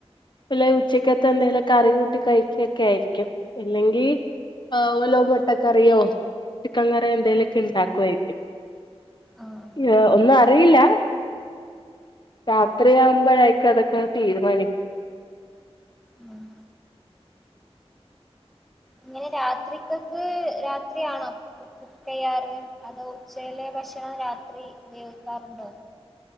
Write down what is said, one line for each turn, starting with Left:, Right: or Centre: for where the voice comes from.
Left: അല്ലാ ഉച്ചക്കത്തെ എന്തേലൊക്കെ കറി കൂട്ടി കഴിക്കൊക്കെ ആയിരിക്കും അല്ലെങ്കി ഏഹ് ഓലോ മൊട്ടക്കറിയോ ചിക്കൻ കറിയോ എന്തേലൊക്കെ ഇണ്ടാക്കുവായിരിക്കും.
Centre: ആഹ്
Left: <unintelligible> അറിയില്ല രാത്രി ആവുമ്പാഴായിരിക്കും അതൊക്കെ തീരുമാനി
Centre: ഉം ഇങ്ങനെ രാത്രിക്കൊക്കെ രാത്രിയാണോ കുക്ക് ചെയ്യാറ് അതോ ഉച്ചയിലെ ഭക്ഷണം രാത്രി ഉപയോഗിക്കാറുണ്ടോ